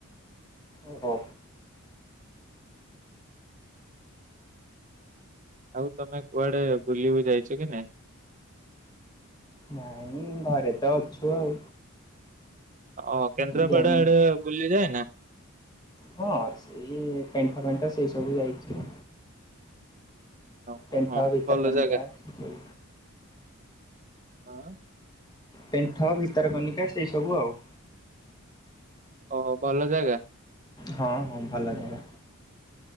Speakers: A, on the left; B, on the right.
A: ଓହୋ
B: ଆଉ ତମେ କୁଆଡେ ବୁଲିବୁ ଯାଇଛ କି ନାଇ,
A: ନାଇଁ ଘରେ ତ ଅଛୁ ଆଉ।
B: ଓ କେନ୍ଦ୍ରାପଡା
A: ଯାଇନି।
B: ଆଡେ ବୁଲିଯାଏ ନା?
A: ହଁ ସେଇ ଟେଣ୍ଠ ପେଣ୍ଠ ସେଇ ସବୁ ଯାଇଛି।
B: ହଁ
A: ଟେଣ୍ଟ
B: ହଁ
A: ଭିତରକନିକା
B: ଭଲ ଜାଗା।
A: ସେ
B: ହଁ।
A: ପେଣ୍ଠ ଭିତରକନିକା ସେଇ ସବୁ ଆଉ।
B: ଓ ଭଲ ଜାଗା।
A: ହଁ ହଁ ଭଲ ଜାଗା